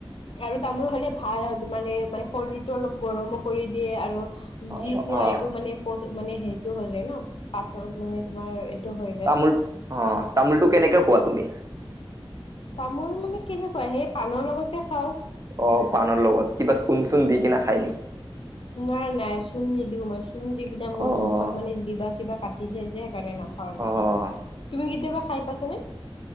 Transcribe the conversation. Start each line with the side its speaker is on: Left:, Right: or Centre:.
Left: আৰু তামোল খালে ভাল হয়, মানে, মানে শৰীৰটো অলপ গৰমো কৰি দিয়ে আৰু
Right: অ',
Left: যি খোৱা
Right: অ',
Left: এইটো মানে, মানে হেৰিতো হৈ যায় ন, পাছনটো মানে তোমাৰ হৈ যায়
Right: তামোল, অ', তামোলটো কেনেকে খোৱা তুমি?
Left: তামোল মানে কেনেকুৱা, হেই পাণৰ লগত যে খাওঁ
Right: অ, পাণৰ লগত, কিবা চূন চূন দি
Left: উম,
Right: কিনে খাই নেকি?
Left: নাই, নাই, চূণ নিদিও মই। চূণ দি কিবা মোৰ
Right: অ',
Left: মুখত মানে জিভা চিভা কাট টি যায় যে, সেইকাৰণে নাখাওঁ এনেকুৱা।
Right: অ',
Left: তুমি কেতিয়াবা খাই পাইছা নে?